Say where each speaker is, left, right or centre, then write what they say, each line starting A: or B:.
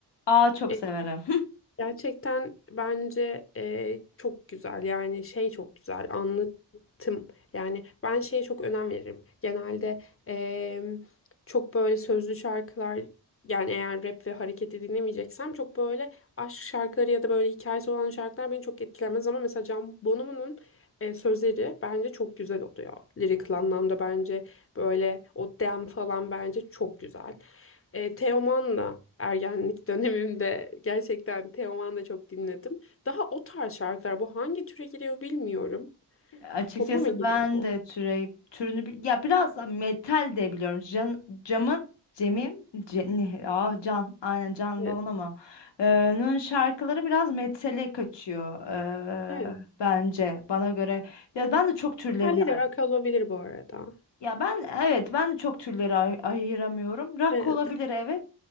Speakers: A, on the left; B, on the left.
A: Aa çok
B: E,
A: severim.
B: Gerçekten bence e, çok güzel yani şey çok güzel anlatım yani ben şeye çok önem veririm genelde e, çok böyle sözlü şarkılar yani eğer rap ve hareketi dinlemeyeceksem çok böyle aşk şarkıları ya da böyle hikayesi olan şarkılar beni çok etkilemez ama mesela Can Bonomo'nun e, sözleri bence çok güzel oluyor lirik anlamda bence böyle o dem falan bence çok güzel. E, Teoman'la ergenlik <laughs> dönemimde gerçekten Teoman'la çok dinledim. Daha o tarz şarkılar. Bu hangi türe giriyor bilmiyorum.
A: Açıkçası
B: Pop'a mı giriyor
A: ben
B: bu?
A: de türe, türünü bi- ya biraz da metal de biliyorum. Can, camın Cem'im Ce- ne, ah Can aynen Can
B: Evet.
A: Bavan ama e, Nun şarkıları biraz metale kaçıyor
B: Evet.
A: e, bence bana göre. Ya ben de çok türlerini
B: Metalli de rock olabilir bu arada.
A: ya ben evet ben de çok türleri ay- ayıramıyorum. Rock
B: Evet.
A: olabilir evet.